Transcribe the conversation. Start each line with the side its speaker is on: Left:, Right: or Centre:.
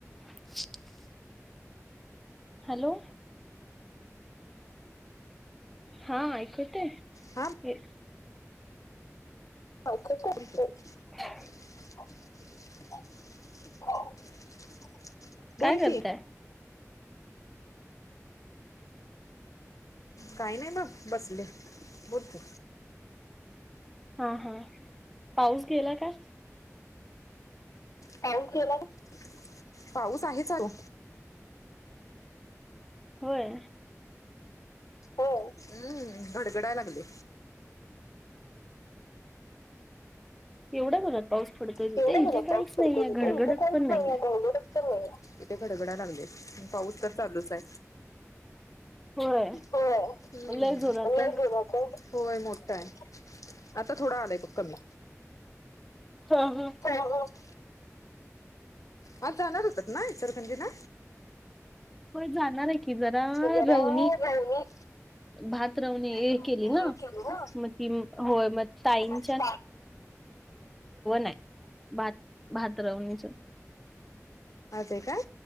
Centre: <inaudible> हॅलो. हा ऐकू येतय?
Left: हा
Centre: ये
Left: हो का कॉल कर.
Centre: <inaudible>
Left: <inaudible>
Centre: काय
Left: बोल
Centre: करताय?
Left: की काही नाही. बघ बसले. बोल तु.
Centre: हा हा पाऊस गेला काय?
Left: पाऊस गेला का? पाऊस आहे चालू.
Centre: होय.
Left: हो हम्म गडगडाय लागले.
Centre: एवढा जोरात पाऊस पडतोय
Left: केवढा
Centre: तिथे इथे
Left: बघा
Centre: काहीच
Left: पाऊस पडतो
Centre: नाहीय
Left: तिथे
Centre: घडघडत
Left: इथे काहीच
Centre: पण नाहीय.
Left: नाही गडगडच इथे गडगडा लागले पाऊस तर चालूच ये..
Centre: होय
Left: हो् हम्म
Centre: लय जोरात
Left: <unintelligible>
Centre: आहे.
Left: होय मोठाय. आता थोडा आलाय बघ कमी.
Centre: हा हा.
Left: <unintelligible> आज जाणार होतात ना इचलकरंजीला.
Centre: होय जाणाराय की जरा
Left: जरा
Centre: रवनी.
Left: राहिली
Centre: भात रवने
Left: आज
Centre: केली ना.
Left: आहे
Centre: होय मगं ताई नी.
Left: <inaudible> आज
Centre: आहे. भात भात रवणीच
Left: आहे काय?